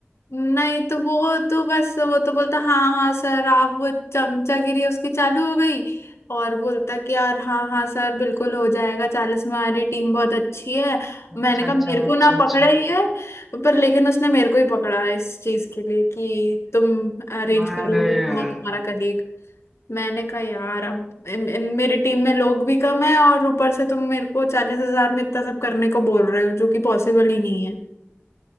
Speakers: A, on the left (about 80°); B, in the centre.
A: नहीं तो वो तो बस वो तो बोलता हाँ हाँ सर आप वो चमचागिरी उसकी चालू हो गई और बोलता कि यार हाँ हाँ सर बिल्कुल हो जाएगा चालीस में हमारी टीम बहुत अच्छी है
B: अच्छा
A: मैंने कहा
B: अच्छा
A: मेरे को
B: अच्छा
A: ना
B: अच्छा
A: पकड़ा ही है पर लेकिन उसने मेरे को ही पकड़ा है इस चीज के लिए कि तुम अरेंज
B: अरे
A: करोगे तुम
B: यार
A: और तुम्हारा कलीग मैंने कहा यार अब इन- इन- मेरी टीम में लोग भी कम है और ऊपर से तुम मेरे को चालीस हजार में इतना सब करने को बोल रहे हो जो कि पॉसिबल ही नहीं है